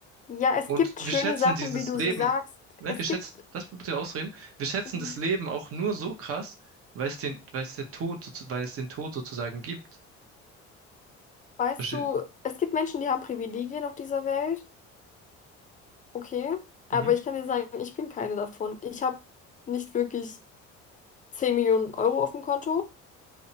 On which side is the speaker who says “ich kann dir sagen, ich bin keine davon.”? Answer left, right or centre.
Left